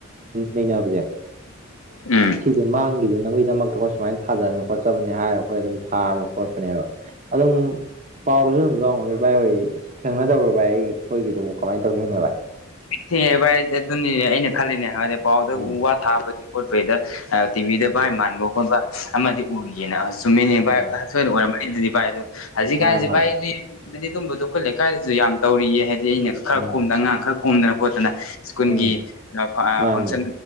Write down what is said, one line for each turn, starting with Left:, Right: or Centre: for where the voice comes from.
Right: ꯂꯩꯅꯕꯁꯦ
Left: ꯎꯝ
Right: ꯁꯤꯗꯤ ꯃꯥꯡꯈꯤꯗꯅꯕꯒꯤꯗꯃꯛꯇ ꯑꯩꯈꯣꯏ ꯁꯨꯃꯥꯏꯅ ꯊꯥꯖꯕꯅꯤ ꯈꯣꯠꯆꯕꯅꯤ ꯍꯥꯏꯔ ꯑꯩꯈꯣꯏ ꯑꯗꯨꯝ ꯊꯥꯕ ꯈꯣꯠꯄꯅꯦꯕ ꯑꯗꯨꯝ ꯄꯥꯎꯗꯁꯨ ꯑꯗꯨꯝ ꯆꯥꯎꯎꯕꯅꯤ ꯏꯕꯥꯥꯏ ꯍ ꯊꯦꯡꯅꯗꯕ꯭ꯔꯣ ꯚ ꯑꯩꯈꯣꯏꯒꯤꯗꯨꯕꯨ ꯀꯃꯥꯏꯅ ꯇꯧꯈꯤꯦꯅ ꯥꯏ
Left: ꯊꯦꯡꯉꯦ ꯚꯥꯏꯗꯤ ꯑꯗꯨꯅꯤꯅꯦ ꯑꯩꯅ ꯈꯜꯂꯤꯅꯦ ꯍꯥꯏꯗꯤ ꯄꯥꯎꯗ
Right: ꯎꯝ
Left: ꯎ ꯋꯥ ꯊꯥꯕꯒꯤ ꯈꯣꯠꯄꯩꯗ ꯇꯤꯚꯤꯗ
Right: ꯎꯝ
Left: ꯚꯥꯏ ꯃꯥꯟꯕ ꯈꯣꯠꯄ ꯑꯃꯗꯤ ꯎꯈꯤꯦꯅ ꯆꯨꯝꯃꯤꯅꯦ ꯚꯥꯏꯁꯣꯏꯅ
Right: ꯎꯝ
Left: ꯑꯣꯏꯔꯝꯝꯕꯅꯤꯗꯨꯗꯤ ꯚꯥꯏ ꯑꯗꯨ ꯍꯧꯖꯤꯛꯀꯥꯟꯁꯤ
Right: ꯃꯥꯅꯦ ꯃꯥꯅꯦ
Left: ꯚꯥꯏꯗꯤ ꯑꯗꯨꯝꯕꯗꯣ ꯈꯨꯈꯠ ꯂꯩꯀꯥꯏꯗꯁꯨ ꯌꯥꯝ ꯇꯧꯔꯤꯌꯦ ꯍꯥꯏꯗꯤ ꯑꯩꯅꯗ ꯈꯔ
Right: ꯎꯝ
Left: ꯈꯣꯝꯗꯅ ꯑꯉꯥꯡ ꯈꯔ ꯈꯣꯝꯗꯅ ꯈꯣꯠꯇꯅ ꯁ꯭ꯀꯨꯜꯒꯤ
Right: ꯎꯝ ꯃꯥꯅꯦ
Left: ꯐꯪꯁꯟ